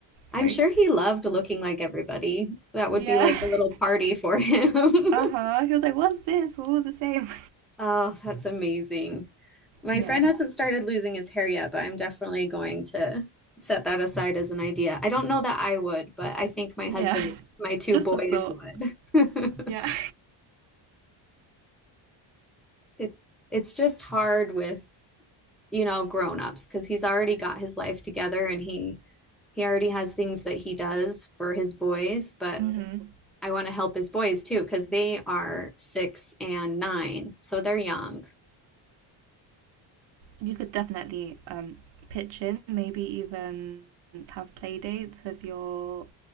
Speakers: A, in the centre; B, on the right.
A: I'm
B: Sorry?
A: sure he loved looking like everybody. That would
B: Yeah.
A: be like a little
B: <laughs>
A: party for him. <laughs>
B: Uh huh. He was like, What's this? We're all the same.
A: Oh, that's amazing. My
B: <laughs>
A: friend
B: Yeah.
A: hasn't started losing his hair yet, but I'm definitely going to set that aside as an idea. I don't know that I would, but I think my
B: Yeah.
A: husband, and
B: <laughs>
A: my two
B: Just
A: boys
B: a thought.
A: would. <laughs>
B: Yeah.
A: It it's just hard with, you know, grown-ups because he's already got his life together and he he already has things that he does for his boys, but
B: hmm
A: I want to help his boys too, because they are six and nine, so they're young.
B: You could definitely um, pitch in, maybe even have play dates with your